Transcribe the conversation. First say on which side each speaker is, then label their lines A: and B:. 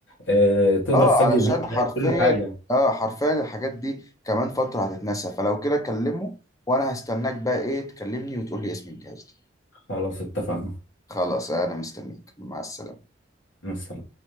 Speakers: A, on the left (about 70°); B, on the left (about 20°).
A: آه، تقدر
B: اه
A: تسجل
B: علشان
A: بيه
B: حرفيا
A: حاجات، كل حاجه
B: اه حرفيا الحاجات دي كمان فترة هتتنسى فلو كده كلمه وانا هستناك بقى ايه تكلمني وتقول لي اسم الجهاز
A: خلاص اتفقنا
B: ده خلاص انا مستنيك مع السلامة
A: مع السلامة